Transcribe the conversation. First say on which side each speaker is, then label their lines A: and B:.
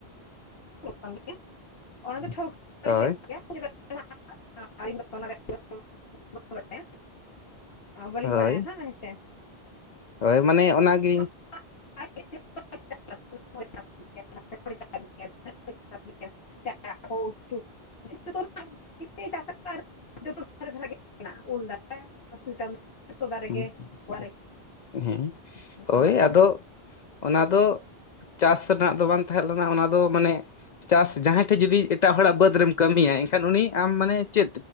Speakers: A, on the left; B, on the left.
A: <inaudible> ᱚᱱᱟ ᱫᱚ ᱴᱷᱟᱹᱣᱠᱟᱹ <unintelligible> ᱞᱟᱹᱭ
B: ᱦᱳᱭ
A: ᱠᱮᱭᱟ᱾ <unintelligible> <inaudible> ᱵᱟᱹᱞᱤᱧ
B: ᱦᱳᱭ
A: ᱵᱟᱲᱟᱭᱟ ᱱᱟᱜ ᱦᱮᱸᱥᱮ᱾
B: ᱦᱳᱭ ᱢᱟᱱᱮ ᱚᱱᱟᱜᱤᱧᱼᱼ
A: <unintelligible> <unintelligible> ᱩᱛᱩᱼᱼ <unintelligible> ᱫᱷᱟᱨᱮ ᱫᱷᱟᱨᱮ ᱜᱮ ᱢᱮᱱᱟᱜᱼᱟ ᱩᱞ ᱫᱟᱨᱮ <unintelligible> ᱫᱟᱨᱮ
B: ᱦᱩᱸ
A: ᱜᱮ ᱚᱲᱟᱜ
B: ᱦᱮᱸ
A: ᱨᱮᱜᱮ ᱚᱱᱟᱛᱮ
B: ᱦᱳᱭ
A: ᱱᱟᱦᱟᱜ
B: ᱟᱫᱚ ᱚᱱᱟ ᱫᱚᱼᱼ ᱪᱟᱥ ᱨᱮᱱᱟᱜ ᱫᱚ ᱵᱟᱝ ᱛᱟᱦᱮᱸᱫ ᱞᱮᱱᱟ ᱚᱱᱟ ᱫᱚ ᱢᱟᱱᱮᱼᱼ ᱪᱟᱥ ᱡᱟᱦᱟᱸᱭ ᱴᱷᱮᱡ ᱡᱩᱫᱤ ᱮᱴᱟᱜ ᱦᱚᱲᱟᱜ ᱵᱟᱹᱫᱽ ᱨᱮᱢ ᱠᱟᱹᱢᱤᱭᱟ ᱮᱱᱠᱷᱟᱱ ᱩᱱᱤ ᱟᱢ ᱢᱟᱱᱮ ᱪᱮᱫᱼᱼ